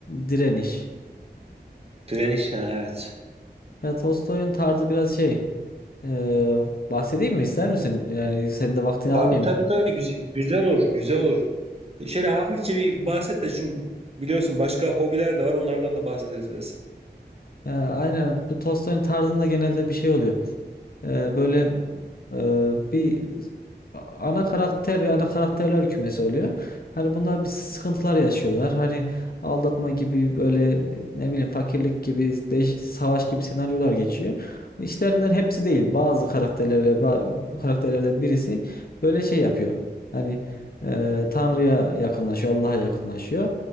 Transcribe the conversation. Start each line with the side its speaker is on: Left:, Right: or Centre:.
Left: Direniş.
Right: Direniş. Ha, evet.
Left: Ya Tolstoy'un tarzı biraz şey. ee, bahsedeyim mi ister misin? Yani senin de vaktini
Right: Tabii
Left: almayayım.
Right: tabii tabii. Güzel, güzel olur. Güzel olur. Şöyle hafifçe bir bahset de çünkü biliyorsun başka hobiler de var. Onlardan da bahsederiz biraz.
Left: Ya, aynen bu Tolstoy'un tarzında genelde bir şey oluyor. Ee, böyle e, bir ana karakter ve ana karakterler kümesi oluyor. Hani bunlar bir sıkıntılar yaşıyorlar. Hani aldatma gibi böyle e, ne bileyim fakirlik gibi değişik savaş gibi senaryolar geçiyor. İşlerinden hepsi değil. Bazı karakterler ve ba- karakterlerden birisi böyle şey yapıyor. Hani e, Tanrı'ya yakınlaşıyor, Allah'a yakınlaşıyor.